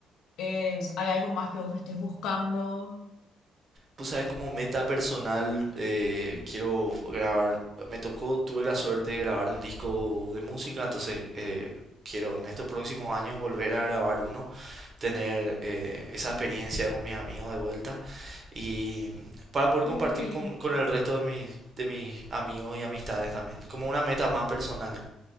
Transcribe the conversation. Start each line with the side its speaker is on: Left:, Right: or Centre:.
Left: es, ¿hay algo más que vos estés buscando?
Right: Pues sabes, como meta personal, eh, quiero grabar, me tocó, tuve la suerte de grabar un disco de música, entonces eh, quiero en estos próximos años volver a grabar uno, tener eh, esa experiencia con mis amigos de vuelta. y para poder
Left: Uy,
Right: compartir con, con el resto de mis, de mis amigos y amistades también, como una meta más personal.